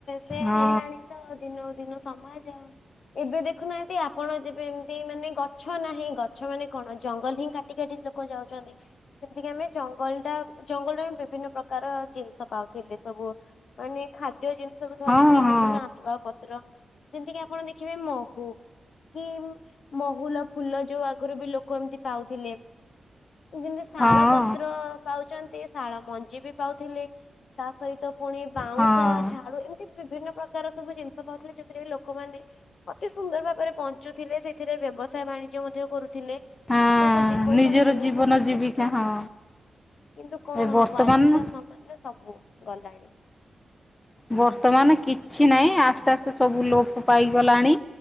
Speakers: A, on the left; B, on the left.
A: ସେଆ
B: ହଁ
A: ହେଲାଣି ତ ଦିନ ଦିନ ସମାଜ ଆ ଏବେ ଦେଖୁନାହାନ୍ତି ଆପଣ ଯେବେ ଏମିତି ମାନେ ଗଛ ନାହିଁ ଗଛ ମାନେ କଣ ଜଙ୍ଗଲ ହିଁ କାଟି କାଟି ଲୋକ ଯାଉଛନ୍ତି ଯେମିତିକି ଆମେ ଜଙ୍ଗଲ ଟା ଜଙ୍ଗଲରେ ବିଭିନ୍ନ ପ୍ରକାର ଜିନିଷ ପାଉଥିଲେ ସବୁ ମାନେ ଖାଦ ଖଦ୍ୟ ଜିନିଷ ରୁ ଧରିକି
B: ହଁ ହଁ
A: ବିଭିନ୍ନ ଆସବାବ ପତ୍ର ଯେମତି କିି ଆପଣ ଦେଖିବେ ମହୁ କି ମହୁଲ ଫୁଲ ଯୋଉ ଆଗରୁ ବି ଲୋକ ଏମିତି ପାଉଥିଲେ। ଯେମିତି ଶାଳ
B: ହଁ
A: ପତ୍ର ପାଉଛନ୍ତି ଶାଳ ମଞ୍ଜି ବି ପାଉ ଥିଲେ। ତା ସହିତ ତ ପୁଣି ବାଉଁଶ
B: ହଁ
A: ଝାଡୁ ଏମିତି ବିଭିନ୍ନ ପ୍ରକାର ସବୁ ଜିନିଷ ପାଉଥିଲେ ଯୋ କି ଲୋକମାନେ ଅତି ସୁନ୍ଦର ଭାବରେ ବଞ୍ଚୁଥିଲେ ସେଥିରେ ବ୍ୟବସାୟ ବାଣିଜ୍ୟ ମଧ୍ୟ କରୁ ଥିଲେ
B: ହଁ
A: ତାଙ୍କୁ ଦି ପଇସା
B: ନିଜର
A: ମିଳୁଥିଲା
B: ଜୀବନ ଜୀବିକା
A: କିନ୍ତୁ
B: ହଁ
A: କିନ୍ତୁ କଣ
B: ଏ ବର୍ତ୍ତମାନ
A: ହବ ଆଜିକା ସମା ସବୁ ଗଲାଣି।
B: ବର୍ତ୍ତମାନ କିଛି ନାହିଁ ଆସ୍ତେ ଆସ୍ତେ ସବୁ ଲୋପ ପାଇଗଲାଣି।